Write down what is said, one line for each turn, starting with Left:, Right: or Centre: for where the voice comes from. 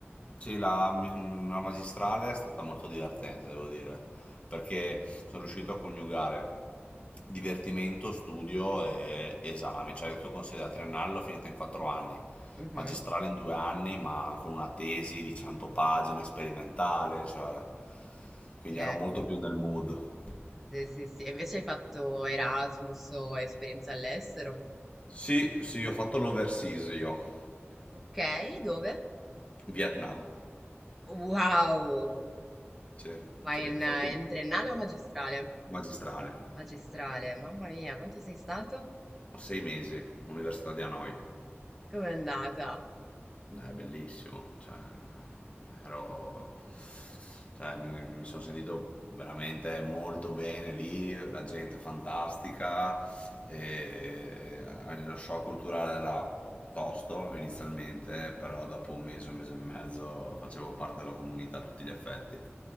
Left: sì, la, la magistrale è stata molto divertente, devo dire, perché
Centre: Mhm,
Left: sono riuscito a coniugare divertimento, studio e esami, cioè tu considera triennale l'ho finita in quattro anni,
Centre: Mhm.
Left: magistrale in due anni, ma con una tesi di 100 pagine, sperimentale, cioè, quindi
Centre: Ok.
Left: ero molto più nel mood.
Centre: Sì, sì, sì. E invece hai fatto Erasmus o esperienza all'estero?
Left: Sì, sì, ho fatto l'overseas io,
Centre: Ok, dove?
Left: Vietnam.
Centre: Wow!
Left: Sì,
Centre: Ma
Left: sì,
Centre: in,
Left: ho fatto
Centre: eh, in triennale o magistrale?
Left: magistrale.
Centre: Magistrale, mamma mia, quanto sei stato?
Left: Ho Sei mesi, Università di Hanoi.
Centre: Com'è andata?
Left: Eh, È bellissimo, cioè, ero, cioè, mi, mi sono sentito veramente molto bene lì, la gente fantastica, e, eh, lo shock culturale era tosto inizialmente,
Centre: Mm,
Left: però dopo un mese, un mese e mezzo facevo parte della comunità a tutti gli effetti.